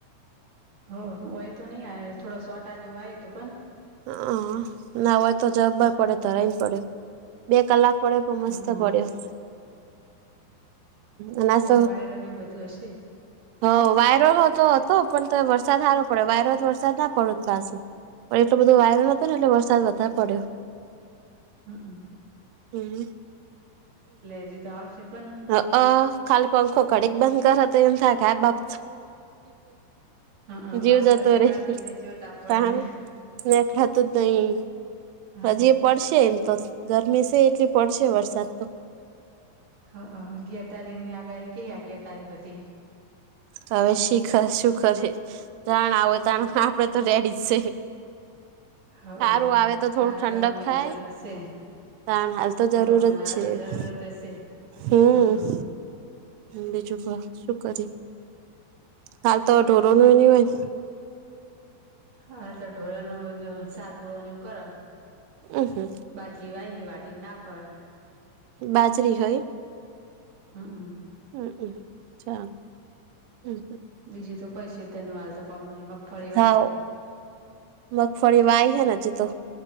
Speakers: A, on the right; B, on the right.
A: હ હોય તો નઈ આય થોડ સોટા જેવું આય હતું પણ.
B: હ ના હોય તો જબર પડે ધરાયને પડે બે કલાક પડે પણ મસ્ત
A: હઅ
B: પડ્યો હ અ અન અસ
A: વાયરો ને એવું બધું હશે
B: હ વાયરો હો તો હતો પણ તો વરસાદ સારો પડ્યો વાયરો તો વરસાદ ના પડ પાછો. પણ એટલો બધો વાયરો નતો ને એટલે વરસાદ વધારે પડ્યો.
A: હ હમ્મ
B: <unintelligible>
A: હજી તો આવશે પણ
B: હ અ. ખાલી પંખો ઘડીક બંધ કરત એ થ કાય બાપ.
A: હઅ
B: જીવ
A: બહાર
B: જતો
A: તો નીકળાતું
B: રે.
A: જ નહી જો તાપ પડે
B: તાહાનુ,
A: હે
B: મે ખાધુ જ નઈ
A: હઅ
B: હજી પડશે એમ તો ગરમી છે એટલી પડશે વરસાદ તો.
A: હઅ, અગિયાર તારીખની આગાહી ગેય આગયા તારીખ હુઘી.
B: હવે શીખર શુંખરે જાણ આવે તાણ આપડે તો રેડી જ છે.
A: હઅ
B: હારું આવે તો થોડું
A: હાલ
B: ઠંડક
A: અમે
B: થાય.
A: જરૂર શે
B: તાણ હાલ તો
A: હઅ
B: જરૂર જ
A: અને હાલ
B: છે
A: તો જરૂરતે
B: હમ્મ.
A: શે હમ
B: બીજું ક શું કરી હાલ તો ઢોરોનું નઈ હોય ન
A: હાલતો ઢોરાનું શાક પુરોને એવું કરા.
B: ઉ હું
A: બાજરીવાઈહી વાટીન નાખર.
B: બાજરી હયુ.
A: હું ઉ
B: હું ઉમ્મ ચાલ. હમ
A: બીજું તો કઈ છે તેનું હાલ તો કોમ નહી મગફળી વાઈ
B: હાવ
A: હે.
B: મગફળી વાઈ હે ન હજી તો